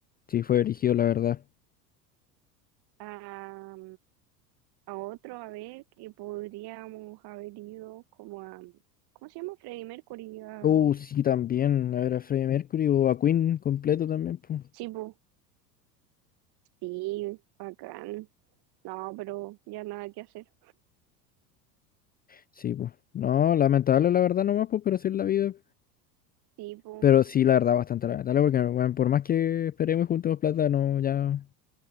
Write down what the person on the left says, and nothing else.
sí fue erigido, la verdad.
Uh, sí, también. A ver a Freddie Mercury o a Queen completo también, pues.
Sí, pues. No, lamentable, la verdad, nomás, pues, pero sí es la vida.
Pero sí, la verdad, bastante lamentable, porque, weón, por más que esperemos y juntemos plata, no, ya,